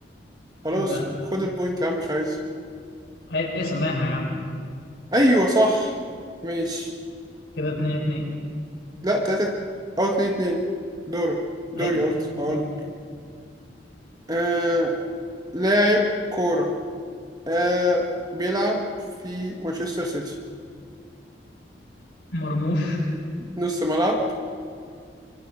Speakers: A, on the right (about 20°); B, on the left (about 70°).
A: خلاص
B: لا
A: خد البوينت يا عم مش عايزها
B: اي سماحة يا عم
A: أيوة صح ماشي
B: كده اتنين اتنين
A: لا تلاتة أو اتنين اتنين دورة دوري
B: ايوه
A: قصدي
B: اتنين اتنين
A: هقولك آه لاعب كورة آه بيلعب في مانشستر سيتي
B: مرموش
A: نص ملعب